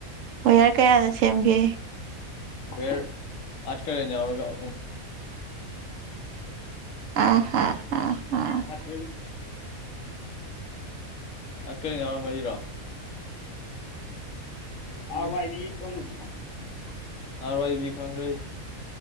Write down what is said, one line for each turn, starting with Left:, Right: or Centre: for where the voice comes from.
Right: ꯋꯦꯌꯔ ꯀꯌꯥꯅ ꯁꯦꯝꯒꯦ꯫
Left: ꯋꯦꯌꯔ ꯑꯔꯠ ꯀꯔꯦꯟꯠ ꯌꯥꯎꯔꯒ ꯑꯍꯨꯝ
Right: ꯑ ꯍꯥ ꯑ ꯑ <unintelligible>
Left: <unintelligible> ꯑꯔꯠ ꯀꯔꯦꯟꯠ ꯌꯥꯎꯔꯒ ꯃꯔꯤꯔꯣ ꯅꯥꯍꯋꯥꯏ ꯗꯤ <unintelligible> ꯅꯥꯍꯋꯥꯏꯗꯤ ꯈꯪꯕꯩ <unintelligible>